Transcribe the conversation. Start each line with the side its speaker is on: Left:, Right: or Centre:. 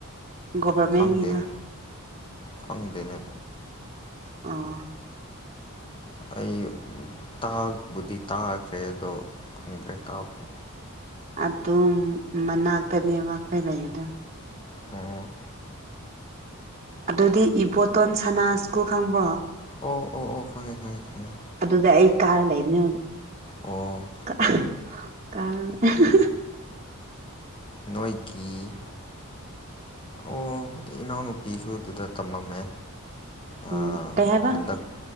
Right: ꯒꯣꯚꯔꯃꯦꯟꯒꯤꯗꯣ
Left: ꯈꯪꯗꯦꯅꯦ ꯈꯪꯗꯦꯅꯦ
Right: ꯑꯣ
Left: ꯑꯩꯥ ꯎꯝ ꯇꯥꯕꯨꯗꯤ ꯇꯥꯈ꯭ꯔꯦ ꯑꯗꯣ ꯈꯪꯗ꯭ꯔꯦ ꯀꯥꯎꯈ꯭ꯔꯦ꯫
Right: ꯑꯗꯨꯝ ꯃꯅꯥꯛꯇꯅꯦꯕ ꯑꯩꯈꯣꯏ ꯂꯩꯔꯤꯗꯣ꯫
Left: ꯑꯣ
Right: ꯑꯗꯨꯗꯤ ꯏꯕꯣꯇꯣꯟ ꯁꯅꯥ ꯁ꯭ꯀꯨꯜ ꯈꯪꯕ꯭ꯔꯣ꯫
Left: ꯑꯣ ꯑꯣ ꯑꯣ ꯈꯪꯉꯦ ꯈꯪꯉꯦ ꯈꯪꯉꯦ꯫
Right: ꯑꯗꯨꯗ ꯑꯩ ꯀꯥꯔ ꯂꯩꯕꯅꯦ
Left: ꯑꯣ
Right: <unintelligible>
Left: ꯅꯣꯏꯒꯤ ꯑꯣ ꯏꯅꯥꯎꯅꯨꯄꯤꯁꯨ ꯑꯗꯨꯗ ꯇꯝꯃꯝꯃꯦ ꯑꯥ
Right: ꯎꯝ ꯀꯩ ꯍꯥꯏꯕ
Left: ꯍꯟꯗꯛ